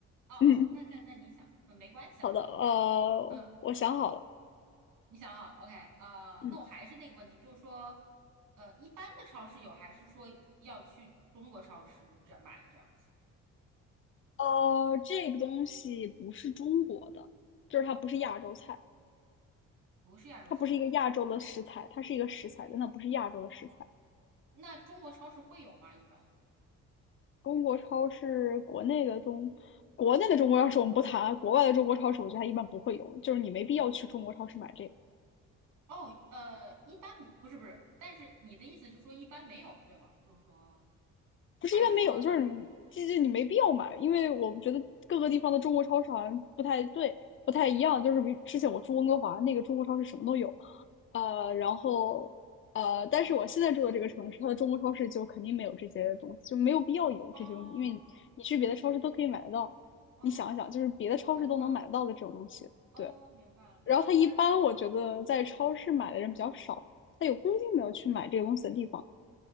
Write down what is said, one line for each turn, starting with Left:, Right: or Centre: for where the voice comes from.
Right: 哦哦，
Left: 嗯，
Right: 那那那你想，嗯没关系啊，
Left: 好的，
Right: 都一样。
Left: 呃，
Right: 嗯。
Left: 我想好了，
Right: 你想好 o k 呃，
Left: 嗯，
Right: 那我还是那个问题，就是说，呃，一般的超市有，还是说要去中国超市这样买这样子？
Left: 呃，这个东西不是中国的，就是它不是亚洲菜，
Right: 不是亚洲菜，
Left: 它不是一个亚洲的食材，它是一个食材，但它不是亚洲的食材。
Right: 那中国超市会有吗？一般？
Left: 中国超市国内的中，国内的中国超市我们不谈啊国外的中国超市我觉得它一般不会有，就是你没必要去中国超市买这个。
Right: 哦，呃，一般不是不是，但是你的意思是说一般没有，对吗？就是说，
Left: 不是一般没有，
Right: 还是说，
Left: 就是你这这你没必要买，因为我觉得各个地方的中国超市好像不太对，不太一样。就是比之前我住温哥华那个中国超市什么都有，呃，然后呃，但是我现在住的这个城市，它的中国超市就肯定没有这些东西，就没有必要有这些东西，
Right: 哦
Left: 因为你你去别的超市都可以买得到。
Right: 哦
Left: 你想一想，就是别的超市都能买得到的这种东西，
Right: ，OK，哦，
Left: 对。
Right: 明白了明白了，
Left: 然后它一般我觉得在超市买的人比较少，
Right: 那他，嗯
Left: 它有固定的去买这个东西的地方，